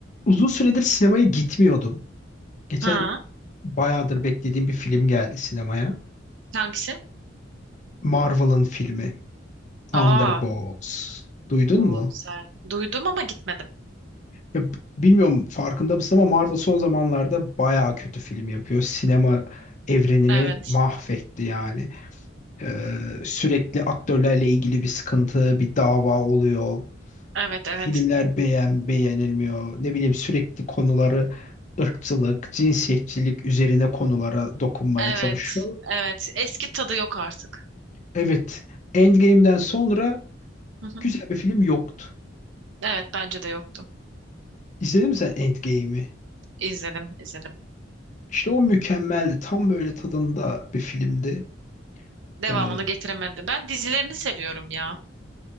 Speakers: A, on the left (about 40°); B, on the right (about 75°).
A: Uzun süredir sinemaya gitmiyordum. Geçen
B: Ha,
A: bayağıdır beklediğim bir film geldi sinemaya.
B: hangisi?
A: Marvel'ın filmi Thunderbolts.
B: Aa,
A: Duydun
B: o
A: mu?
B: güzel. Duydum ama gitmedim.
A: Ya, b- bilmiyorum farkında mısın ama Marvel son zamanlarda bayağı kötü film yapıyor. Sinema evrenini
B: Evet,
A: mahvetti yani. Ee, sürekli aktörlerle ilgili bir sıkıntı, bir dava oluyor.
B: evet, evet,
A: Filmler beğen beğenilmiyor. Ne bileyim sürekli konuları ırkçılık, cinsiyetçilik üzerine konulara dokunmaya
B: evet,
A: çalışıyor.
B: evet. Eski tadı yok artık.
A: Evet, Endgame'den sonra
B: Hı hı.
A: güzel bir film yoktu.
B: Evet, bence de yoktu.
A: İzledin mi sen Endgame'i?
B: İzledim, izledim.
A: İşte o mükemmeldi. Tam böyle tadında bir filmdi.
B: Devamını
A: Ee,
B: getiremedim. Ben dizilerini seviyorum ya.